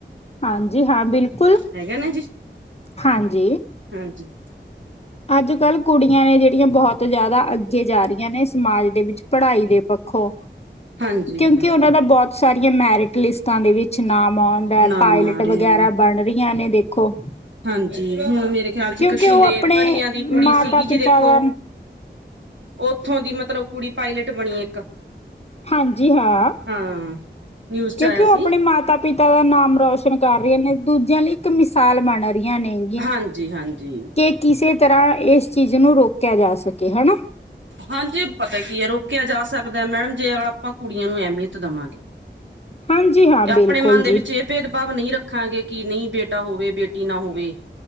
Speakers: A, on the left; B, on the right.
A: ਹਾਂਜੀ ਹਾਂ ਬਿਲਕੁਲ
B: ਹੈਗਾ ਨਾ ਜਿਸ
A: ਹਾਂਜੀ
B: ਹਾਂਜੀ।
A: ਅੱਜ -ਕੱਲ੍ਹ ਕੁੜੀਆਂ ਨੇ ਜਿਹੜੀਆਂ ਬਹੁਤ ਬਹੁਤ ਜ਼ਿਆਦਾ, ਅੱਗੇ ਜਾ ਰਹੀਆਂ ਨੇ, ਸਮਾਜ ਦੇ ਵਿੱਚ ਪੜ੍ਹਾਈ ਦੇ ਪੱਖੋਂ
B: ਹਾਂਜੀ
A: ਕਿਉਂਕਿ ਓਨਾਂ ਦਾ ਬੋਤ ਸਾਰੀਆਂ ਮੈਰਿਟ ਲਿਸਟਾਂ ਦੇ ਵਿੱਚ ਨਾਮ ਔਨ ਦਾ
B: ਨਾ
A: ਪਾਇਲਟ
B: ਮਾਰਿਆ
A: ਵਗੈਰਾ ਬਣ ਰਈਆਂ ਨੇ ਦੇਖੋ।
B: ਹਾਂਜੀ ਹੁਣ ਮੇਰੇ ਖਿਆਲ ਚ
A: ਕਿਉਂਕਿ
B: ਇੱਕ ਸ਼ੀਲੇ
A: ਉਹ ਆਪਣੇ
B: ਪਰੀਆਂ ਦੀ ਕੁੜੀ
A: ਮਾਤਾ
B: ਸੀਗੀ ਜੀ
A: ਪਿਤਾ
B: ਦੇਖੋ।
A: ਦਾ
B: ਓੱਥੋਂ ਦੀ ਮਤਲਬ ਕੁੜੀ ਪਾਇਲਟ ਬਨੀ ਇੱਕ।
A: ਹਾਂਜੀ ਹਾਂ,
B: ਹਾਂ ਨਿਊਜ਼ ਚ
A: ਕਿਉਂਕਿ
B: ਆਇਆ
A: ਓ
B: ਸੀ
A: ਅਪਨੇ ਮਾਤਾ ਪਿਤਾ ਦਾ ਨਾਮ ਰੋਸ਼ਨ ਕਰ ਰਏ ਨੇ ਦੂਜਿਆਂ ਲਈ ਇੱਕ ਮਿਸਾਲ ਬਨ ਰਈਆਂ ਨੇ।
B: ਹਾਂਜੀ ਹਾਂਜੀ
A: ਕੇ ਕਿਸੇ ਤਰ੍ਹਾਂ ਇਸ ਚੀਜ਼ ਨੂੰ ਰੋਕਿਆ ਜਾ ਸਕੇ ਹੈਨਾ।
B: ਹਾਂਜੀ ਪਤਾ ਕੀ ਐ ਰੋਕਿਆ ਜਾ ਸਕਦਾ ਮੈਡਮ ਜੇ ਆਪਾਂ ਕੁੜੀਆਂ ਨੂੰ ਐਮੀਅਤ ਦੇਵਾਂਗੇ।
A: ਹਾਂਜੀ ਹਾਂ ਬਿਲਕੁਲ
B: ਅਪਣੇ ਮਨ ਦੇ
A: ਜੀ
B: ਵਿੱਚ ਏ ਭੇਦਭਾਵ ਨਈ ਰੱਖ ਦੇਖਾਂਗੇ ਕਿ ਨਈ ਬੇਟਾ ਹੋਵੇ ਬੇਟੀ ਨਾ ਹੋਵੇ